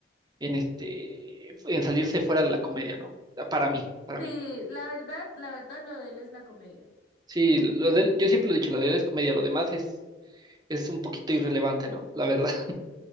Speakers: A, on the right; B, on the left.
A: en este, en salirse fuera de la comedia, ¿no? Para mí, para
B: Sí,
A: mí.
B: la verdad, la verdad, lo de él es la comedia.
A: Sí, lo de él, yo siempre lo he dicho, lo de él es comedia, lo demás es, es un poquito irrelevante, ¿no? La verdad. <laughs>